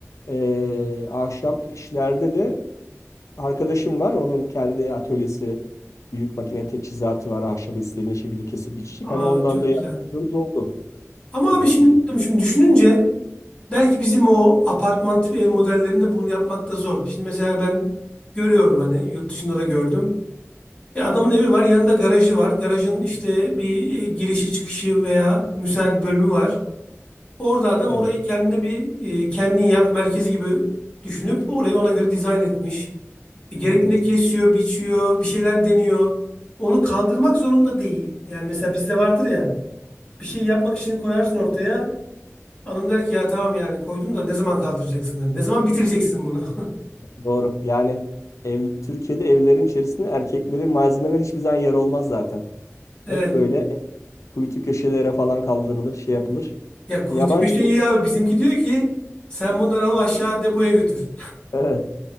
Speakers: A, on the left; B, on the left.
A: e, ahşap işlerde de arkadaşım var. Onun kendi atölyesi büyük makine teçhizatı var. Ahşabı istediğin şekilde kesip biçecek.
B: Aa
A: Hani ondan
B: çok
A: da yardımcımız
B: güzel.
A: oldu.
B: Ama
A: O
B: abi şimdi,
A: şekilde.
B: şimdi düşününce belki bizim o apartman tipi ev modellerinde bunu yapmak da zor. Şimdi mesela ben görüyorum hani yurt dışında da gördüm. E adamın evi var yanında garajı var. Garajın işte bir e, girişi çıkışı veya müsait bölümü var. Orada adam
A: Evet.
B: orayı kendine bir e, kendin yap merkezi gibi düşünüp orayı ona göre dizayn etmiş. E, gerektiğinde
A: Evet.
B: kesiyor, biçiyor, bir şeyler deniyor. Onu kaldırmak zorunda değil. Yani mesela bizde vardır ya bir şey yapmak için koyarsın ortaya. Hanım der ki ya tamam yani koydun da ne zaman kaldıracaksın? Hani ne zaman bitireceksin bunu? <laughs>
A: Doğru. Yani ev, Türkiye'de evlerin içerisinde erkeklerin malzemeler hiçbir zaman yer olmaz zaten.
B: Evet.
A: Hep böyle kuytu köşelere falan kaldırılır, şey yapılır.
B: Ya kuytu
A: Yabancı
B: köşe iyi abi. Bizimki diyor ki sen bunları al aşağı depoya götür.
A: Evet.